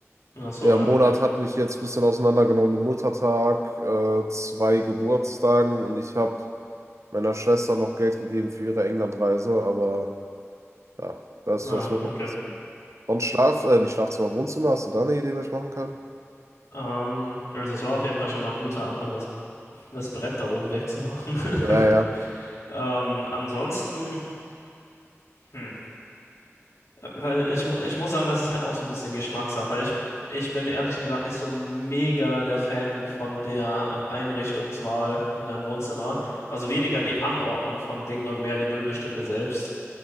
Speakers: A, on the left (about 85°); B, on the right (about 75°).
A: Ach so,
B: Der
A: ja,
B: Monat
A: okay.
B: hat mich jetzt ein bisschen auseinandergenommen mit Muttertag, äh, zwei Geburtstagen und ich habe meiner Schwester noch Geld gegeben für ihre Englandreise, aber ja, das,
A: Ja,
B: das wird
A: okay.
B: noch passieren. Sonst Schlaf, äh, nicht Schlafzimmer, Wohnzimmer, hast du da eine Idee, was ich machen kann?
A: Ähm, also es war auf jeden Fall schon mal ein guter Anfang, das, das Brett da oben wegzumachen.
B: Ja,
A: <laughs>
B: ja,
A: Ähm, ansonsten. hm. Weil ich, mu- ich muss sagen, das ist halt auch so ein bisschen Geschmackssache. Ich, ich bin ehrlich gesagt nicht so mega der Fan von der Einrichtungswahl in deinem Wohnzimmer. Also weniger die Anordnung von Dingen und mehr die Möbelstücke selbst.